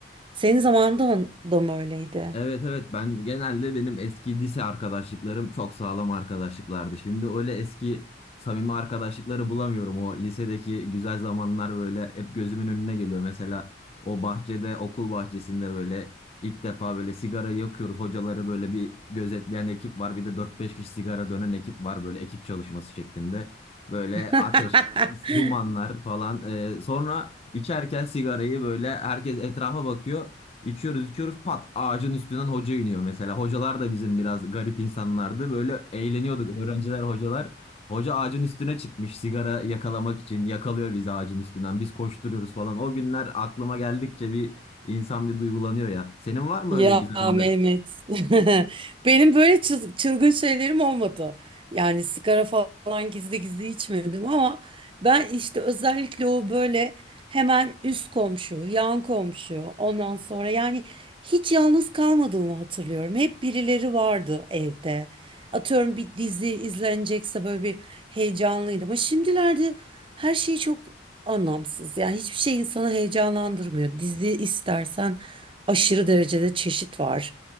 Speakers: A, on the right (about 30°); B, on the left (about 35°).
A: Senin zamanında da mı öyleydi?
B: Evet evet ben genelde benim eski lise arkadaşlıklarım çok sağlam arkadaşlıklardı. Şimdi öyle eski samimi arkadaşlıkları bulamıyorum. O lisedeki güzel zamanlar böyle hep gözümün önüne geliyor. Mesela o bahçede okul bahçesinde böyle ilk defa böyle sigara yakıyoruz. Hocaları böyle bir gözetleyen ekip var. Bir de dört beş kişi sigara dönen ekip var böyle ekip çalışması şeklinde. Böyle
A: <laughs>
B: ateş, dumanlar falan. Ee, sonra içerken sigarayı böyle herkes etrafa bakıyor. İçiyoruz içiyoruz pat ağacın üstünden hoca iniyor mesela. Hocalar da bizim biraz garip insanlardı. Böyle eğleniyorduk öğrenciler hocalar. Hoca ağacın üstüne çıkmış sigara yakalamak için yakalıyor bizi ağacın üstünden. Biz koşturuyoruz falan. O günler aklıma geldikçe bir insan bir duygulanıyor ya. Senin var mı
A: Ya
B: öyle güzel anıların?
A: Mehmet. <laughs> Benim böyle çıl- çılgın şeylerim olmadı. Yani sigara falan gizli gizli içmedim ama ben işte özellikle o böyle hemen üst komşu, yan komşu, ondan sonra yani hiç yalnız kalmadığımı hatırlıyorum. Hep birileri vardı evde. Atıyorum bir dizi izlenecekse böyle bir heyecanlıydım. Ama şimdilerde her şey çok anlamsız. Yani hiçbir şey insanı heyecanlandırmıyor. Dizi istersen aşırı derecede çeşit var.